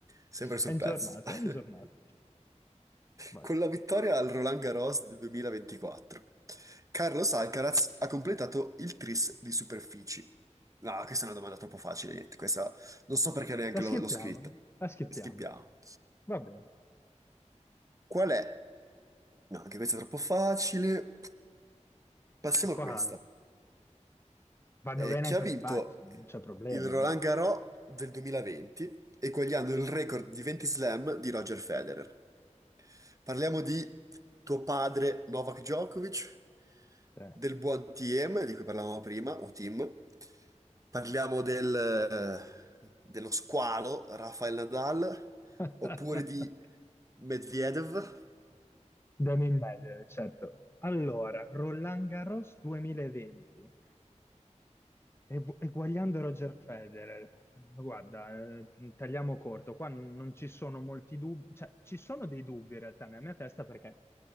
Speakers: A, on the right; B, on the left.
A: sempre sul
B: È in
A: pezzo.
B: giornata,
A: <laughs>
B: è in giornata. Vai.
A: Con la vittoria al Roland Garros del 2024, Carlos Alcaraz ha completato il tris di superfici. No, questa è una domanda troppo facile, niente, questa non so perché neanche
B: La schippiamo,
A: l'ho l'ho scritta.
B: la schippiamo.
A: Schippiamo.
B: Va bene.
A: Qual è? No, anche questa è troppo facile. Passiamo
B: Eh, qua
A: a questa.
B: vanno
A: eh,
B: bene
A: che
B: anche
A: ha vinto
B: le facili, non c'è problema
A: il Roland
B: io.
A: Garros del 2020, eguagliando il record di 20 slam di Roger Federer. Parliamo di tuo padre Novak Djokovic,
B: Eh.
A: del buon TM di cui parlavamo prima, o Tim. Parliamo del, eh, dello squalo Rafael Nadal,
B: <laughs>
A: oppure di Medvedev.
B: Devo immaginare, certo. Allora, Roland Garros 2020. E gu- e Guagliando Roger Federer, guarda, eh, tagliamo corto, qua non ci sono molti dubbi, cioè ci sono dei dubbi in realtà nella mia testa perché